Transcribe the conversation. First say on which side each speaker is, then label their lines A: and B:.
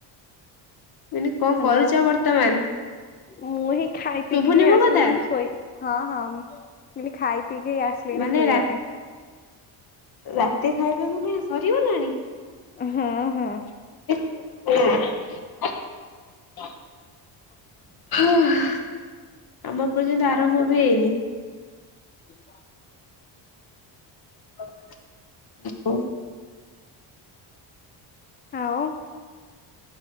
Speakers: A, on the left; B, on the left.
A: ଏଇଟି
B: ହ୍ୟାଲୋ
A: କଣ କରୁଛ ବର୍ତ୍ତମାନ।
B: ମୁଁ ହିଁ ଖାଇ ପିଇକିି
A: ଶୁଭୁନି ମୋ
B: ଆସିଲିନି
A: କଥା?
B: ଶୋଇ ହଁ ହଁ। ମୁଁ କଲି ଖାଇ ପିଇିକି ଆସିଲିଣି
A: ମାନେ
B: ଶୋଇବା
A: ରା
B: ପାଇଁ।
A: ରାତି ଖାଇବା ମାନେ ସରିଗଲାଣି।
B: ହଁ ହଁ।
A: ହଁ <unintelligible> ଆମର ତ ଏଇନା ଆରମ୍ଭ ହେଇନି।
B: <inaudible>
A: ଓୋ <unintelligible>
B: ଆଉ